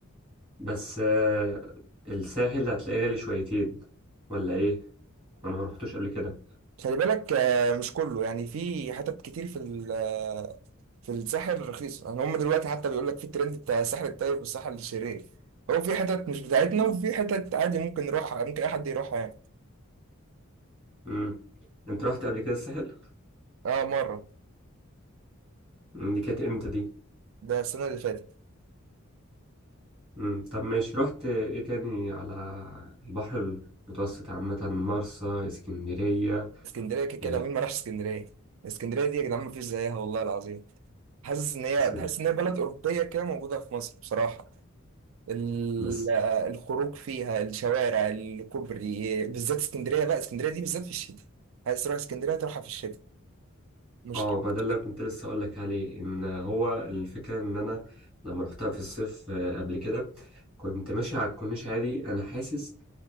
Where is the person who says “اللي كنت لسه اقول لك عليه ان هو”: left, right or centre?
Right